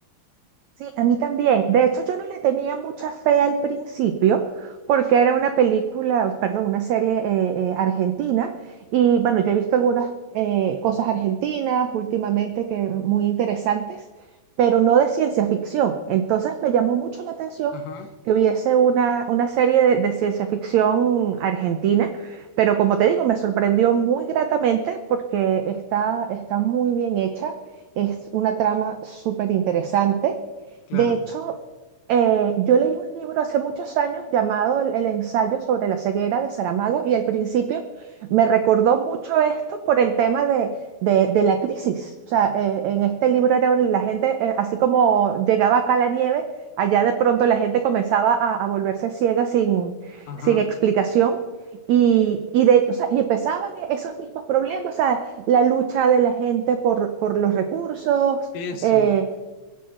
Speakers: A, on the right (about 80°); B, on the left (about 75°).
A: Sí, a mí también. De hecho, yo no le tenía mucha fe al principio porque era una película, perdón, una serie eh, eh, argentina y bueno, yo he visto algunas eh, cosas argentinas últimamente que muy interesantes, pero no de ciencia ficción. Entonces me llamó mucho la atención
B: Ajá,
A: que hubiese una, una serie de, de ciencia ficción argentina, pero como te digo, me sorprendió muy gratamente porque está, está muy bien hecha, es una trama súper interesante.
B: claro,
A: De hecho, eh, yo leí un libro hace muchos años llamado El, el ensayo sobre la ceguera de Saramago y al principio me recordó mucho esto por el tema de, de- de la crisis. O sea, eh, en este libro era un- la gente, eh, así como llegaba acá la nieve, allá de pronto la gente comenzaba a, a volverse ciega sin,
B: ajá,
A: sin explicación. Y, y, de, o sea, y empezaban e, esos mismos problemas, o sea, la lucha de la gente por, por los recursos,
B: eso,
A: eh,